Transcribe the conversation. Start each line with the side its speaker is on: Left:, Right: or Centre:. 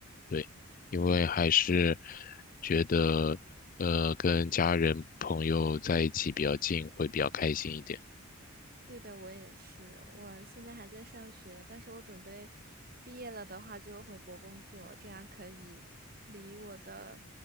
Left: 对，因为还是
Right: 嗯。
Left: 觉得，呃，跟家人朋友在一起比较近，会比较开心一点。
Right: 对的，我也是。我现在还在上学，但是我准备毕业了的话就回国工作，这样可以离我的